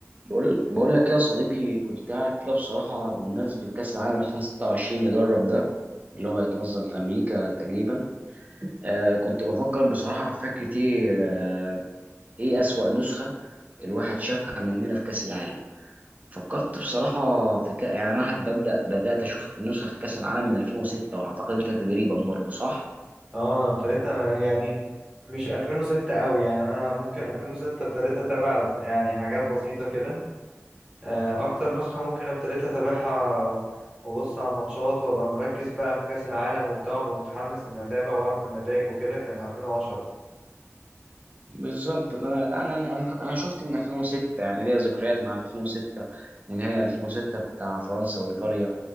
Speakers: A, on the right; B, on the right.
A: بقول بقول لك يا صديقي كنت قاعد كده بصراحة بمناسبة كأس العالم 2026 اللي جرب ده اللي هو هيتنظم في أمريكا تقريبا آه كنت بفكر بصراحة في فكرة إيه آه إيه أسوأ نسخة الواحد شافها مننا في كأس العالم فكرت بصراحة في كأ... يعني أنا واحد ببدأ بدأت أشوف نسخة في كأس العالم من 2006 وأعتقد أنت تقريبا برضه صح؟
B: اه ابتديتها يعني مش 2006 قوي يعني انا ممكن 2006 ابتديت اتابع يعني حاجات بسيطة كده آه، اكتر نسخة ممكن ابتديت اتابعها و- وابص على الماتشات وابقى مركز بقى في كأس العالم وبتاع وابقى متحمس ان اتابع واعرف النتائج وكده كان 2010
A: بالظبط فانا لا، انا انا انا شفت من 2006 يعني ليا ذكريات مع 2006 ونهائي 2006 بتاع فرنسا وايطاليا